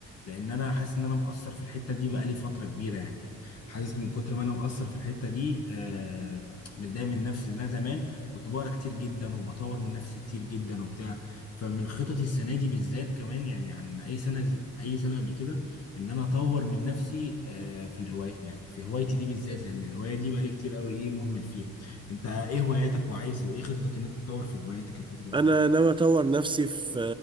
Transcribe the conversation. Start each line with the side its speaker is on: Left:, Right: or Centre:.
Left: لان انا حاسس ان انا مقصر في الحتة دي بقالي فترة كبيرة يعني حاسس من كتر ما انا مقصر في الحتة دي آه، متضايق من نفسي لان انا زمان كنت بقرا كتير جدا وبطور من نفسي كتير جدا وبتاع فمن خططي السنة دي بالذات كمان يعني عن اي سنة اي سنة قبل كده ان انا اطور من نفسي آه، في الهوايه يعني في هوايتي دي بالذات لان الهوايه دي بقالي كتير قوي ايه مهمل فيها انت ايه هواياتك وعايز وايه خططك ان انت تطور في هواياتك الفتره اللي
Right: انا
Left: جايه
Right: ناوي اطور نفسي في